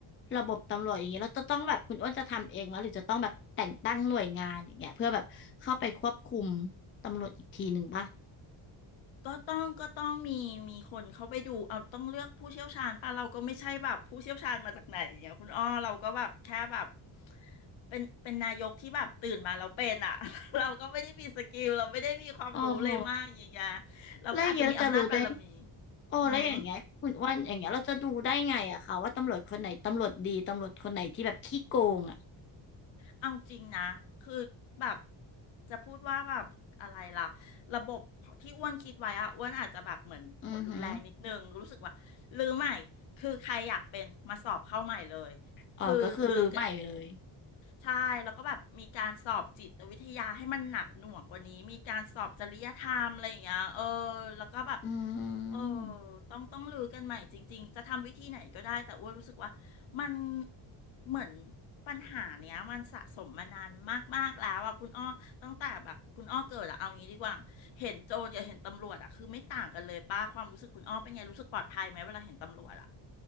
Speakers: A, on the left (about 30°); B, on the left (about 75°).
A: ระบบตำรวจอย่างเงี้ยแล้วจะต้องแบบคุณอ้วนจะทำเองไหมหรือจะต้องแบบแต่งตั้งหน่วยงานอย่างเงี้ยเพื่อแบบเข้าไปควบคุมตำรวจอีกทีหนึ่งป่ะ
B: ก็ต้องก็ต้องมีมีคนเขาไปดูเอาต้องเลือกผู้เชี่ยวชาญป่ะเราก็ไม่ใช่แบบผู้เชี่ยวชาญมาจากไหนอย่างเงี้ยคุณอ้อเราก็แบบแค่แบบเป็นเป็นนายกที่แบบตื่นมาแล้วเป็นอ่ะ <laughs> เราก็ไม่ได้มีสกิลเราไม่ได้มีความรู้เลยมากอย่างเงี้ย
A: อ๋อโห
B: เราก็อาจจะมีอำนาจบารมี
A: แล้วอย่างเงี้ยเราจะรู้ได้โอ้แล้วอย่างเงี้ยคุณอ้วนอย่างเงี้ยเราจะดูได้ไงอะคะว่าตำรวจคนไหนตำรวจดีตำรวจคนไหนที่แบบขี้โกงอะ
B: อืม เอาจริงนะคือแบบจะพูดว่าแบบอะไรล่ะระบบที่อ้วนคิดไว้อะอ้วนอาจจะแบบเหมือนหัวรุนแรงนิดนึง
A: อือหือ
B: รู้สึกว่าลือใหม่ คือใครอยากเป็นมาสอบเข้าใหม่เลย
A: อ๋อก็คือรื้อใหม่เลย
B: คือลือ ใช่แล้วก็แบบมีการสอบจิตวิทยาให้มันหนักหน่วงกว่านี้มีการสอบจริยธรรมอะไรอย่างเงี้ยเออแล้วก็แบบ
A: อืม
B: เออต้องต้องลือกันใหม่จริงๆจะทำวิธีไหนก็ได้แต่อ้วนรู้สึกว่ามันเหมือนปัญหาเนี้ยมันสะสมมานานมากๆแล้วอ่ะคุณอ้อตั้งแต่แบบคุณอ้อเกิดอะเอางี้ดีกว่าเห็นโจรกับเห็นตำรวจอะคือไม่ต่างกันเลยป้าความรู้สึกคุณอ้อเป็นไงรู้สึกปลอดภัยไหมเวลาเห็นตำรวจอะ